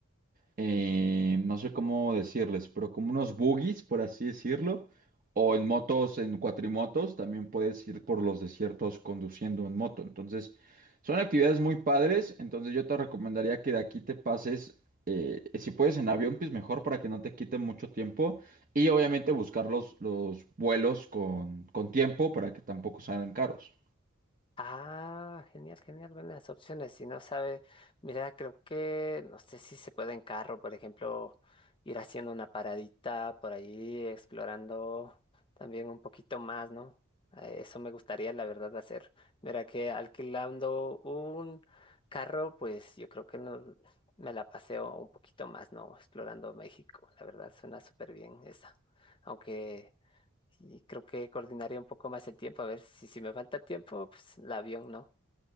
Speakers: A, on the right; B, on the left.
A: eh, no sé cómo decirles, pero como unos buggies, por así decirlo, o en motos, en cuatrimotos, también puedes ir por los desiertos conduciendo en moto. Entonces, son actividades muy padres, entonces yo te recomendaría que de aquí te pases, eh, si puedes en avión, pues mejor para que no te quite mucho tiempo y obviamente buscar los, los vuelos con, con tiempo para que tampoco salgan caros.
B: Ah, genial, genial, buenas opciones. Si no sabe, mira, creo que, no sé si se puede en carro, por ejemplo, ir haciendo una paradita por ahí, explorando también un poquito más, ¿no? Eh, Eso me gustaría, la verdad, hacer. Mira que alquilando un carro, pues yo creo que no, me la paseo un poquito más, ¿no? Explorando México, la verdad, suena súper bien esa. Aunque... Y creo que coordinaría un poco más el tiempo, a ver si, si me falta tiempo, pues el avión no.